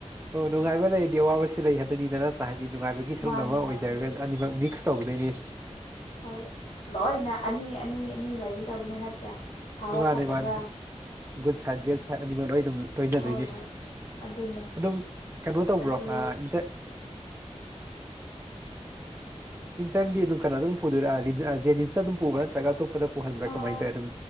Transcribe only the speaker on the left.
ꯃꯥꯅꯦ
ꯃꯥꯅꯦ
ꯍꯣꯏ ꯂꯣꯏꯅ ꯑꯅꯤ ꯑꯅꯤ ꯑꯅꯤ ꯂꯩꯒꯗꯕꯅꯦ ꯅꯠꯇ꯭ꯔꯥ ꯐꯕ
ꯐꯠꯇꯕ
ꯍꯣꯏ
ꯍꯣꯏ ꯑꯗꯨꯅꯦ
ꯑꯗꯨ
ꯑꯥ